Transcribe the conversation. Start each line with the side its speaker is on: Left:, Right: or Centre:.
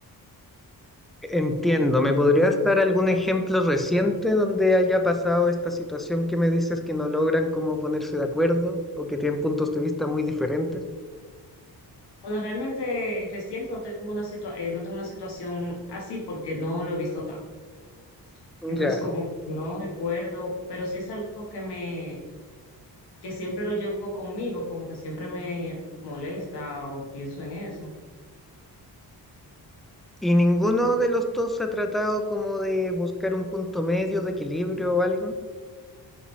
Centre: Entiendo. ¿Me podrías dar algún ejemplo reciente donde haya pasado esta situación que me dices que no logran como ponerse de acuerdo o que tienen puntos de vista muy diferentes?
Left: Bueno, realmente reciente no tengo una situa- eh, no tengo una situación así porque no lo he visto tanto. Entonces,
Centre: Ya.
Left: como que no recuerdo, pero sí es algo que me, que siempre lo llevo conmigo, como que siempre me molesta o pienso en eso.
Centre: ¿Y ninguno de los dos ha tratado como de buscar un punto medio de equilibrio o algo?